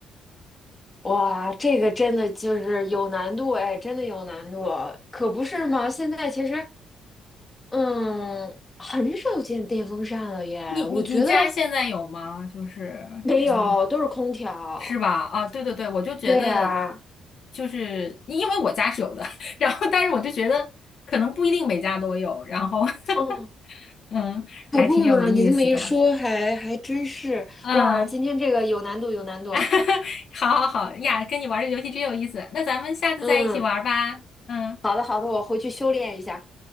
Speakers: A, on the left; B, on the left.
A: 哇，这个真的就是有难度，哎，真的有难度，可不是嘛，现在其实，嗯，很少见电风扇了耶，
B: 你你你家现在有吗？
A: 我觉得
B: 就是电风扇
A: 没有，都是空调。
B: 是吧？啊，对对对，我就觉得，
A: 对呀、
B: 就是因因为我家是有的，<laughs> 然后但是我就觉得可能不一定每家都有，然后
A: 嗯，
B: <laughs> 嗯，还挺有意思的吧，
A: 可不嘛，你这么一说还还真是，
B: 嗯，
A: 哇，今天这个有难度，有难度。
B: <laughs> 好好好呀，跟你玩这个游戏真有意思，那咱们下次再一起玩吧，
A: 嗯，
B: 嗯。
A: 好的好的，我回去修炼一下。